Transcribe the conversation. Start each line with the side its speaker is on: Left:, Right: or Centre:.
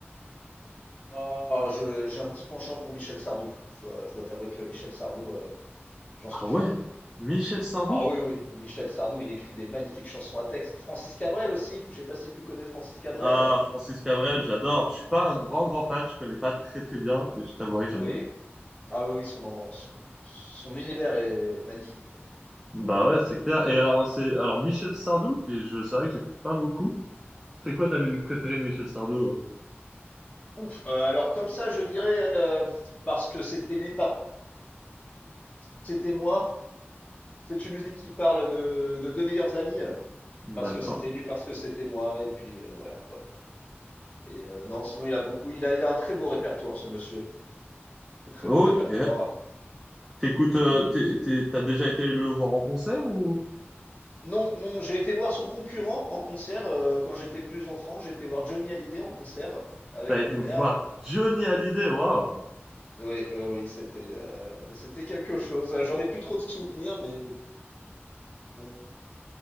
Left: Ah, je, j'ai un petit penchant pour Michel Sardou. Je dois, je dois t'avouer que Michel Sardou, euh, j'en
Centre: Ah
Left: suis
Centre: ouais,
Left: fan.
Centre: Michel Sardou.
Left: Ah oui, oui, Michel Sardou, il écrit des magnifiques chansons à texte. Francis Cabrel aussi. Je sais pas si tu connais Francis Cabrel.
Centre: Ah, Francis Cabrel, j'adore. Je suis pas un grand grand fan, je connais pas très très bien, mais je t'avouerai que
Left: Oui.
Centre: j'aime bien.
Left: Ah oui, oui, son, en- son, son univers est magnifique.
Centre: Bah ouais, c'est clair. Et alors c'est alors Michel Sardou, qui je c'est vrai que j'écoute pas beaucoup. C'est quoi ta musique préférée de Michel Sardou? euh
Left: Ouf. Euh, alors comme ça, je dirais, euh, parce que c'était lui c'était moi. C'est une musique qui parle de, de deux meilleurs amis parce
Centre: D'accord.
Left: que c'était lui, parce que c'était moi, et puis euh, voilà quoi. Et euh, non, sinon il a beaucoup, il a, il a un très beau répertoire, ce monsieur, un très très
Centre: Ok.
Left: beau répertoire.
Centre: T'écoutes, euh,
Left: Il-
Centre: t'es- t'es- t'as déjà été le voir en concert ou?
Left: Non, non, j'ai été voir son concurrent en concert euh, quand j'étais plus enfant. J'ai été voir Johnny Hallyday en concert avec
Centre: T'as été
Left: mon père.
Centre: voir Johnny Hallyday, waouh!
Left: Oui, oui, oui, c'était euh, c'était quelque chose. J'en ai plus trop de souvenirs, mais bon,